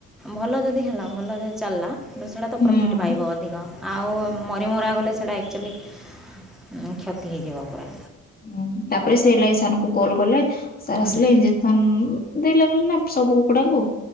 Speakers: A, in the centre; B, on the left.
A: ଭଲ ଯଦି ହେଲା ଭଲରେ ଚାଲିଲା। କିନ୍ତୁ ସେଡା ତ
B: ହୁଁ।
A: ପ୍ରଫିଟ୍ ପାଇବ ଅଧିକ ଆଉ ମରି ମୁରା ଗଲେ ସେଡା ଆକ୍ଚୁଆଲି କ୍ଷତି ହେଇଯିବ ପୁରା।
B: ହୁଁ ତାପରେ ସେ ଏଲାଇସାନଙ୍କୁ କଲ୍ କଲେ। ସାରା
A: ହୁଁ,
B: ଆସିଲେ ଇଞ୍ଜେକ୍ସନ ଦେଇ ଲାଗିଲା ନା ସବୁ କୁକୁଡାଙ୍କୁ।